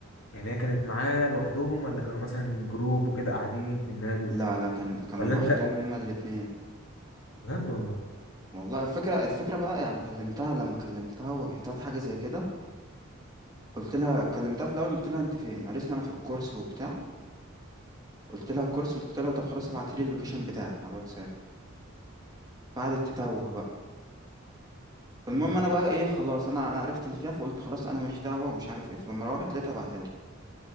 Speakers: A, on the left; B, on the right.
A: يعني هي كانت معاه لوحدهم ولا كانوا مثلا جروب وكده قاعدين في النادي وبتاع
B: لا لا كان كانوا
A: ولا
B: لوحدهم
A: انت
B: هما الاتنين
A: بجد والله
B: والله الفكره الفكره بقى يعني كلمتها لما كلمتها واجهتها في حاجه زي كده قلت لها كلمتها في الاول قلت لها انت فين قالت لي انا في الكورس وبتاع قلت لها الكورس قلت لها طب خلاص ابعتي لي اللوكيشن بتاعك على الواتساب قعدت تتوه بقى فالمهم
A: طب
B: انا بقى ايه خلاص انا انا عرفت اللي فيها فقلت خلاص انا ماليش دعوه ومش عارف ايه فلما روحت لقيتها بعتالي